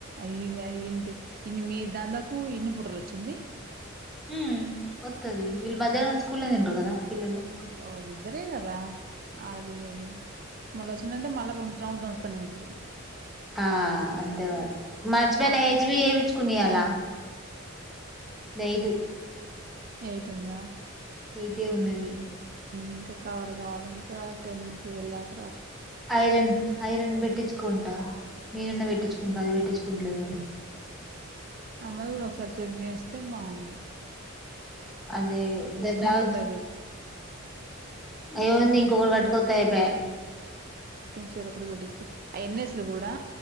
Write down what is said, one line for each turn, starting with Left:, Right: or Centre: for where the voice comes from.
Right: ఇ ఇంత ఇన్ని మీ దాదాకు ఇన్ని పుట్రలు వచ్చింది
Centre: హ ఒత్తది ఇల్ మధ్యాహ్న స్కూల్ లో తినరు కదా పిల్లలు
Right: ఓహో ఇద్దరే కదా అల్లతినేది మళ్ళ వచ్చందంట మళ రెండు టౌండ్ దంతస్తానే ఉంటారు
Centre: ఆ అంతే మరి మంచియినా
Right: ఆ
Centre: హెచ్చిబీ చేపించుకున్నా ఇవాళ ఎయిటు
Right: ఎయిట్ ఉందా
Centre: ఎయిటే ఉన్నది
Right: ఇంకా కవర్ కావాలి ఇంకా టెన్ ట్వెల్వ్ దాక
Centre: ఐరన్ ఐరన్ పెట్టించుకుంటా మీనన్నా పెట్టించుకుంటా అది పెట్టించుకుంటా అట్లాదనే
Right: అమ్మది కూడా ఒకసారి చెక్ చేస్తే బాగున్ను
Centre: అదే దజవ
Right: ఉంటది
Centre: ఏమైంది ఇంకొకటి పాటికోత అయితే
Right: చెరో ఒకటి పెట్టించు ఆ ఎనసెలు కూడా